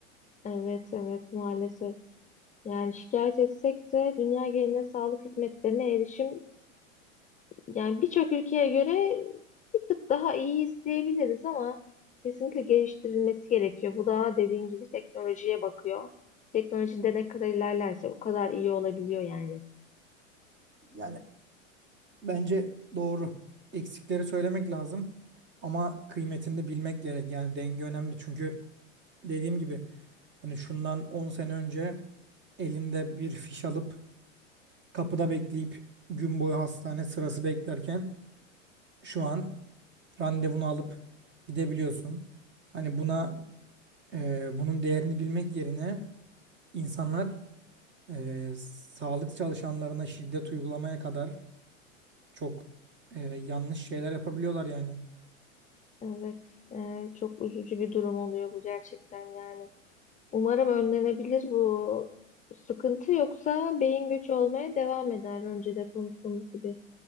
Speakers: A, on the left; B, on the right.
A: Evet, evet maalesef. Yani şikayet etsek de dünya genelinde sağlık hizmetlerine erişim yani birçok ülkeye göre bir tık daha iyi izleyebiliriz ama kesinlikle geliştirilmesi gerekiyor. Bu da dediğin gibi teknolojiye bakıyor. Teknolojide ne kadar ilerlerse o kadar iyi olabiliyor yani.
B: Yani Bence doğru. Eksikleri söylemek lazım ama kıymetini de bilmek gerek. Yani denge önemli çünkü dediğim gibi hani şundan 10 sene önce elinde bir fiş alıp kapıda bekleyip gün boyu hastane sırası beklerken şu an randevunu alıp gidebiliyorsun. Hani buna e, bunun değerini bilmek yerine insanlar e, sağlık çalışanlarına şiddet uygulamaya kadar çok e, yanlış şeyler yapabiliyorlar yani.
A: Evet, e, çok üzücü bir durum oluyor bu gerçekten yani. Umarım önlenebilir bu sıkıntı yoksa beyin göçü olmaya devam eder. Önce de konuştuğumuz gibi